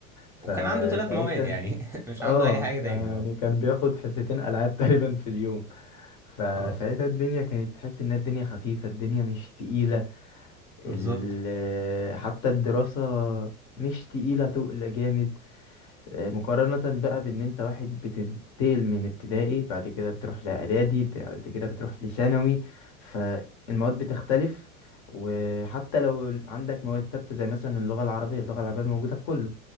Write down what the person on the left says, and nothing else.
فساعتها
اه
يعني
كان بياخد حصتين ألعاب <laughs> تقريبا في اليوم فساعتها
الدنيا كانت تحس إنها الدنيا خفيفة الدنيا مش تقيلة
ال... حتى الدراسة مش تقيلة تقل جامد آه، مقارنة بقى بإن أنت واحد بتنتقل من ابتدائي بعد كده بتروح لإعدادي بعد كده بتروح لثانوي فالمواد بتختلف وحتى لو ال- عندك مواد ثابتة زي مثلا اللغة العربية اللغة العربية موجودة في كله